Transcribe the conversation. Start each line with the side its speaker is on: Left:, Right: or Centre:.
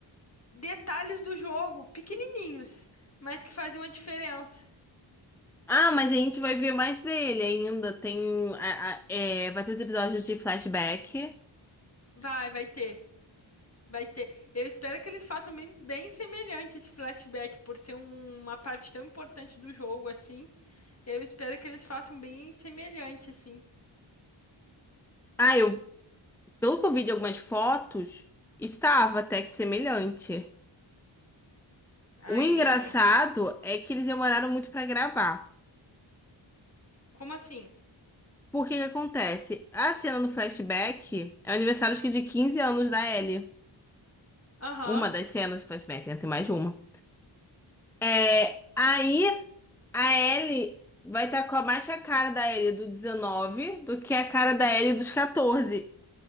Left: detalhes do jogo, pequenininhos, mas que faziam a diferença.
Centre: Ah, mas a gente vai ver mais dele ainda. Tem. a- a- é, vai ter os episódios de flashback.
Left: Vai, vai ter, vai ter. Eu espero que eles façam bem, bem semelhante esse flashback, por ser um- uma parte tão importante do jogo assim. Eu espero que eles façam bem semelhante assim.
Centre: Ah, eu, pelo que eu vi de algumas fotos, estava até que semelhante.
Left: Ai,
Centre: O engraçado
Left: ai.
Centre: é que eles demoraram muito pra gravar.
Left: Como assim?
Centre: Por que que acontece? A cena do flashback é o aniversário acho que de 15 anos da Ellie.
Left: Aham,
Centre: Uma das cenas de flashback, né? Tem mais de uma. É, Aí A Ellie vai estar com a mais a cara da Ellie do 19 do que a cara da Ellie dos 14.